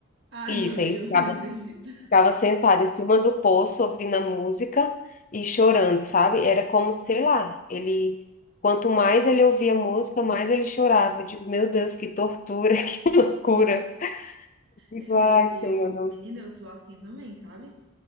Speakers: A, on the right; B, on the left.
A: Ai,
B: Isso,
A: meu Deus,
B: ele ficava
A: <laughs> não acredito.
B: Ficava sentada em cima do poço, ouvindo a música e chorando, sabe? Era como, sei lá, ele. Quanto mais ele ouvia a música, mais ele chorava. Eu digo, meu Deus, que tortura, <laughs> que loucura. E
A: É,
B: vai,
A: mas
B: Senhor,
A: eu,
B: não.
A: menina, eu sou assim também, sabe?